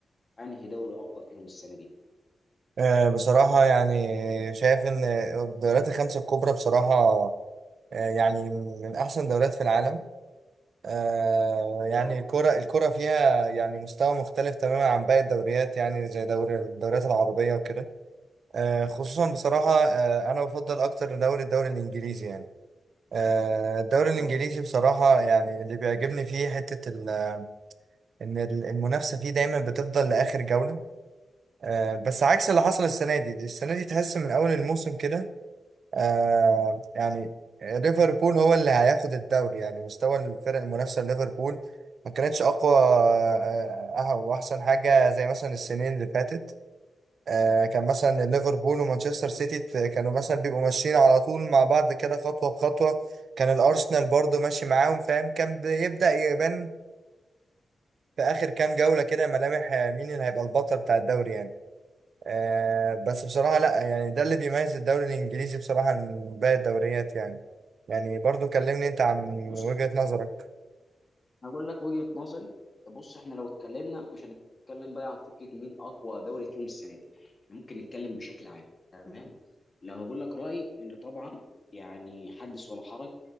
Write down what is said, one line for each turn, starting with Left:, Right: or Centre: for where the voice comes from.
Left: انهي دوري اقوى فيهم السنه دي؟
Right: آه، بصراحة يعني شايف إن الدوريات الخمسة الكبرى بصراحة آه، يعني من أحسن دوريات في العالم آه، يعني
Left: اه
Right: الكرة الكرة فيها يعني مستوى مختلف تماما عن باقي الدوريات يعني زي دوري الدوريات العربية وكده آه، خصوصا بصراحة آه، أنا بفضل أكتر دوري الدوري الإنجليزي يعني آه، الدوري الإنجليزي
Left: اه
Right: بصراحة يعني اللي بيعجبني فيه حتة ال- إن المنافسة فيه دايما بتفضل لآخر جولة آه، بس عكس اللي حصل السنة دي السنة دي تحس من أول الموسم كده آه يعني ليفربول هو اللي هياخد الدوري يعني مستوى الفرق المنافسة ليفربول ما كانتش أقوى آه، آه، وأحسن حاجة زي مثلا السنين اللي فاتت آه كان مثلا ليفربول ومانشستر سيتي ت- كانوا مثلا بيبقوا ماشيين على طول مع بعض كده خطوة بخطوة كان الأرسنال برضو ماشي معاهم فاهم كان بيبدأ يبان في آخر كام جولة كده ملامح آه، مين اللي هيبقى البطل بتاع الدوري يعني آه بس بصراحة لا يعني ده اللي بيميز الدوري الإنجليزي بصراحة من باقي الدوريات يعني يعني برضو كلمني أنت عن
Left: بص
Right: وجهة نظرك
Left: هقول لك وجهة نظري بص احنا لو اتكلمنا مش هنتكلم بقى عن فكرة مين اقوى دوري فيهم السنة دي إحنا ممكن نتكلم بشكل عام تمام لو هقول لك رأيي ان طبعا يعني حدث ولا حرج